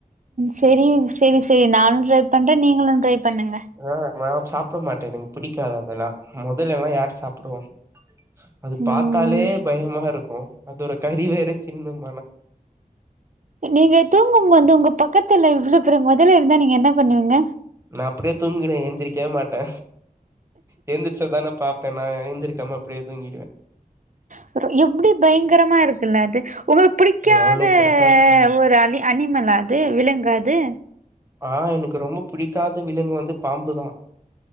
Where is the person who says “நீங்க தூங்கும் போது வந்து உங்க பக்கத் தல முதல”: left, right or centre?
Right